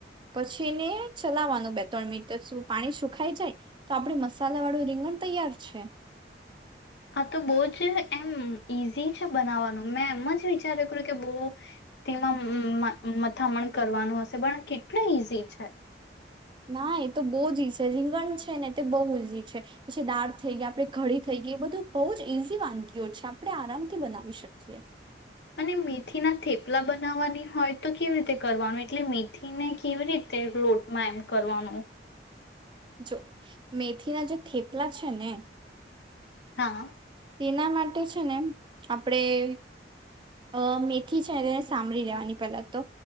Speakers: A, on the right (about 25°); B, on the left (about 70°).
A: પછીને ચલાવાનું બે ત્રણ મિનિટ સુ પાણી સુખાઈ જાય તો આપડુ મસાલા વાળું રીંગણ તૈયાર છે.
B: આ તો બહુ જ એમ ઈઝી છે બનાવવાનું મેં એમ જ વિચારે કર્યું કે બો તેમાં મ મથામણ કરવાનું હશે પણ કેટલુ ઈઝી છે.
A: ના એ તો બવ જ ઈઝ છે રીંગણ છે ને તે બહુ ઈઝી છે પછી દાળ થઈ ગયા આપણે કડી થઈ ગઈ એ બધું બહુ જ ઈઝી વાનગીઓ છે. આપણે આરામથી બનાવી શકીએ.
B: અને મેથીના થેપલા બનાવવાની હોય તો કેવી રીતે કરવાનું? એટલે મેથીને કેવી રીતે લોટમાં એમ કરવાનું?
A: જો મેથીના જે થેપલા છે ને
B: હા.
A: તેના માટે છે ને આપણે અ મેથી છે ને સામળી લેવાની પહેલા તો